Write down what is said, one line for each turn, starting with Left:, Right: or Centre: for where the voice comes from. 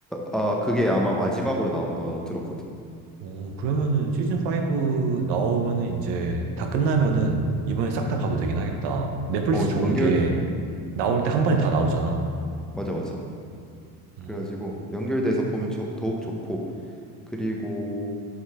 Centre: 아, 아, 그게 아마 마지막으로 나온다고 들었거든.
Right: 어, 그러면은 시즌 5 나오면은 이제 다 끝나면은 이번에 싹 다 봐도 되긴 하겠다. 넷플릭스
Centre: 어,
Right: 좋은
Centre: 연결,
Right: 게
Centre: 어,
Right: 나올 때 한 번에 다 나오잖아.
Centre: 맞아, 맞아.
Right: 음,
Centre: 그래가지고 연결돼서 보면 저- 더욱 좋고, 그리고